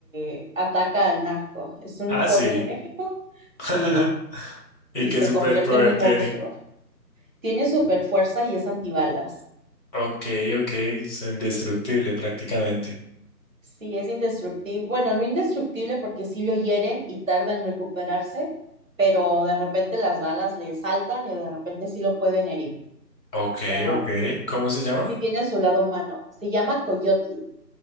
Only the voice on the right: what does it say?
eh, ataca al narco. Es en
un pueblo
de México, sí,
y
se
convierte en un
monstruo. Tiene super fuerza y es antibalas.
Sí, es indestructible. Bueno, no indestructible porque sí lo hieren y tarda en recuperarse, pero de repente las balas le saltan y de repente sí lo pueden herir.
O sea,
sí tiene su lado humano. Se llama Coyotl,